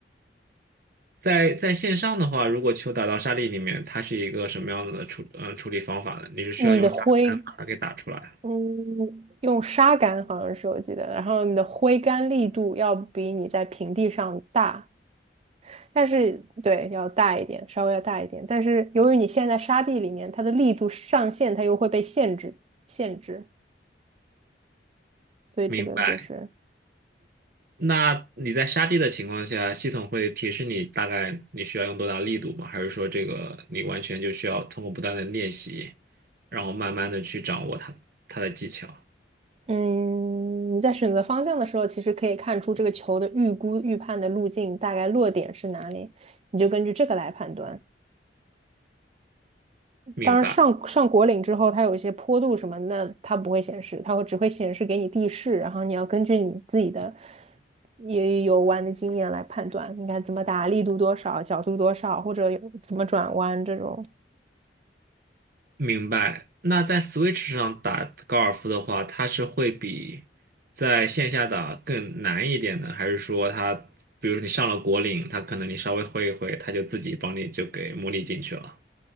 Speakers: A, on the right; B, on the right.
A: 在在线上的话，如果球打到沙粒里面，它是一个什么样的处呃处理方法呢？你是需要用沙盘把它给打出来？
B: 你的挥，嗯，用沙杆好像是我记得，然后你的挥杆力度要比你在平地上大，但是对，要大一点，稍微要大一点。但是由于你现在在沙地里面，它的力度上限它又会被限制限制，所以这个就是。
A: 明白。那你在沙地的情况下，系统会提示你大概你需要用多大力度吗？还是说这个你完全就需要通过不断的练习，然后慢慢的去掌握它它的技巧？
B: 嗯，你在选择方向的时候，其实可以看出这个球的预估预判的路径大概落点是哪里，你就根据这个来判断。
A: 明白，
B: 当然上上果岭之后，它有一些坡度什么，那它不会显示，它会只会显示给你地势，然后你要根据你自己的也有弯的经验来判断应该怎么打，力度多少，角度多少，或者有怎么转弯这种。
A: 明白。那在 Switch 上打高尔夫的话，它是会比在线下打更难一点呢？还是说它，比如说你上了果岭，它可能你稍微挥一挥，它就自己帮你就给模拟进去了？